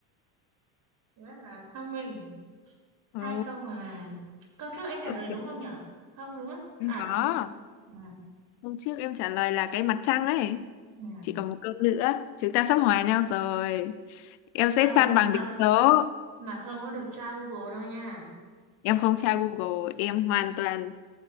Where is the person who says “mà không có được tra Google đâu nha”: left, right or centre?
Right